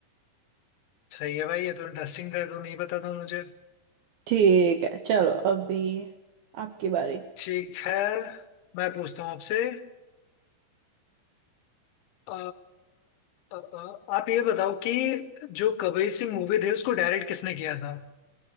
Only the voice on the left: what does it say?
सही है भाई ये तो इंटरेस्टिंग था ये तो नहीं पता था मुझे
ठीक है मैं पूछता हूँ आपसे अ, अ, अ, आप ये बताओ कि जो कबीर सिंह मूवी थी उसको डायरेक्ट किसने किया था